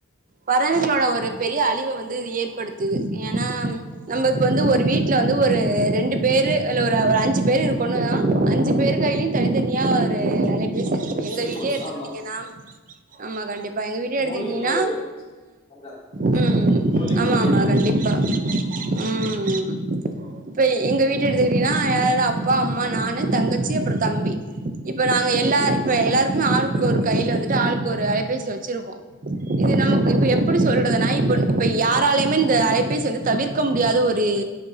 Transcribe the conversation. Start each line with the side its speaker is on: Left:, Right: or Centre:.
Right: பறவைகளோட ஒரு பெரிய அழிவ வந்து ஏற்படுத்துது ஏன்னா நம்ம இப்ப வந்து ஒரு வீட்டுல வந்து ஒரு ரெண்டு பேரு இல்ல ஒரு அஞ்சு பேர் இருக்கோனா அஞ்சு பேருக் கையிலயு தனித்தனியா ஒரு <unintelligible> எங்க
Left: செல்போன்ஸ்
Right: வீட்லயே எடுத்துக்கிட்டீங்கண்ணா
Left: ஆமா
Right: ஆமா கண்டிப் ப்ப எங்க வீட்டுயே எடுத்துக்கிட்டீன்னா
Left: மூளைக்கு ஒரு அந்த
Right: உம்
Left: மூளைக்கு
Right: ஆமா
Left: ஒண்ணு
Right: ஆமா
Left: இருக்கும்
Right: கண்டிப்பா உம் இப்ப எங்க வீட்டு எடுத்துக்கிட்டீங்கன்னா யாராது அப்பா அம்மான் நானு தங்கச்சி அப்புறோ தம்பி இப்ப நாங்க எல்லாரு இப்ப எல்லாருக்குமே ஆலுக்கு ஒரு கையில டு ஆளுக்கு ஒரு ஐபேசி வச் ச்சிருக்கோ இது நமக்கு இப்ப எப்படி சொல்றதுன்னா இப்ப இப்ப யாராலயுமே இந்த அலைப்பேசி வந்து தவிர்க்க முடியாத ஒரு